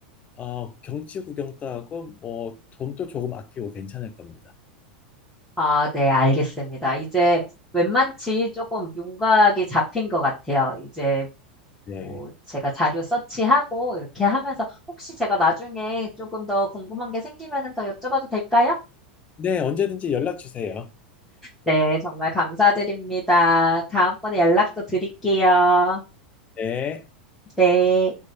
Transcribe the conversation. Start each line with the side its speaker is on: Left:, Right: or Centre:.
Left: 어, 경치 구경도 하고, 뭐, 돈도 조금 아끼고 괜찮을 겁니다.
Centre: 아, 네, 알겠습니다. 이제 웬만치 조금 윤곽이 잡힌 것 같아요. 이제
Left: 네.
Centre: 뭐 제가 자료 서치하고 이렇게 하면서 혹시 제가 나중에 조금 더 궁금한 게 생기면은 더 여쭤봐도 될까요?
Left: 네, 언제든지 연락 주세요.
Centre: 네, 정말 감사드립니다. 다음번에 연락도 드릴게요.
Left: 네.
Centre: 네.